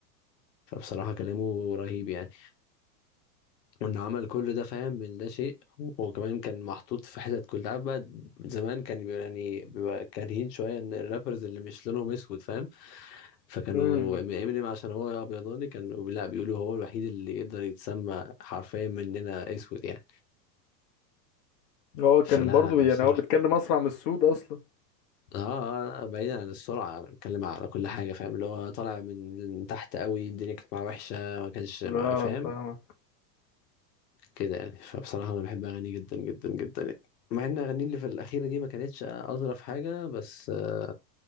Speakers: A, on the left; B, on the left.
A: فبصراحة كلامه رهيب يعني وانه عمل كل ده فاهم من ده شيء وكمان كان محطوط في حتت كلها عارف بقى زمان كان بيبقى يعني بيبقى كارهين شويه ان الرابرز اللي مش لونهم اسود فاهم فكانوا
B: امم
A: امينيم عشان هو ابيضاني كانوا لا بيقولوا هو الوحيد اللي يقدر يتسمى حرفيا مننا اسود يعني
B: هو
A: فلا
B: كان برضو
A: لا
B: يعني
A: بصراحه
B: هو بيتكلم اسرع من السود اصلا
A: اه آه، آه، بعيدا عن السرعه أنا بتكلم على كل حاجه فاهم اللي هو طالع من تحت قوي الدنيا كانت معاه وحشه ما كانش ما
B: اه
A: فاهم
B: فاهمه
A: كده يعني فبصراحة أنا بحب أغانيه جدا جدا جدا يعني مع إن أغانيه اللي في الأخيرة دي ما كانتش أظرف حاجة بس آه،